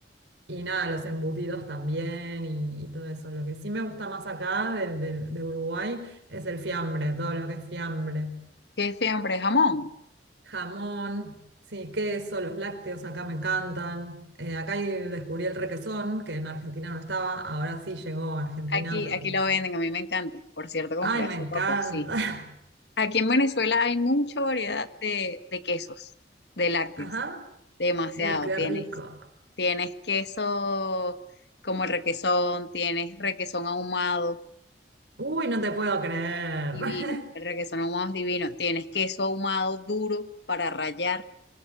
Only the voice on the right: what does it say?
y nada, los embutidos también y, y todo eso. Lo que sí me gusta más acá del- del- de, Uruguay es el fiambre, todo lo que es fiambre.
Jamón, sí, queso, los lácteos acá me encantan. Eh, acá ahí descubrí el requesón, que en Argentina no estaba, ahora sí llegó a Argentina
porque...
¡Ay, me
encanta!
<laughs>
Ajá.
Uy, qué
rico.
Uy, no te puedo creer.
<laughs>